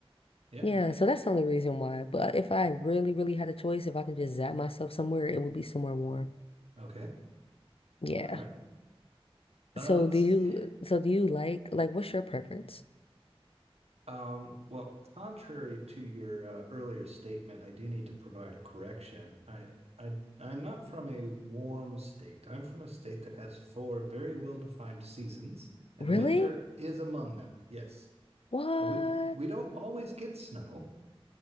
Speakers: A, on the right (about 85°); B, on the left (about 65°).
A: Yeah.
B: Yeah,
A: Hey,
B: so that's the only reason why. But if I really, really had a choice, if I can just zap myself somewhere, it would be somewhere warm.
A: Okay.
B: Yeah.
A: All right. Uh,
B: So
A: let's
B: do you,
A: see.
B: so do you like, like, what's your preference?
A: Um, well, contrary to your uh, earlier statement, I do need to provide a correction. I, I, I'm not from a warm state. I'm from a state that has four very well-defined seasons, and
B: Really?
A: winter is among them. Yes,
B: What?
A: Uh, we we don't always get snow,